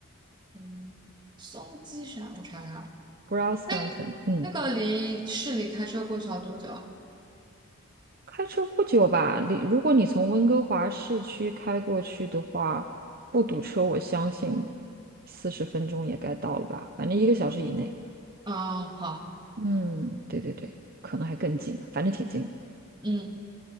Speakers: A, on the right; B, on the right.
A: 嗯，松鸡山，我查一下。
B: （Grouse
A: 那
B: Mountain）。嗯，
A: 那个离市里开车过去要多久啊？
B: 开车不久吧，你如果你从温哥华市区开过去的话，不堵车，我相信四十分钟也该到了吧，反正一个小时以内。
A: 嗯，好，
B: 嗯，对对对，可能还更近，反正挺近。
A: 嗯。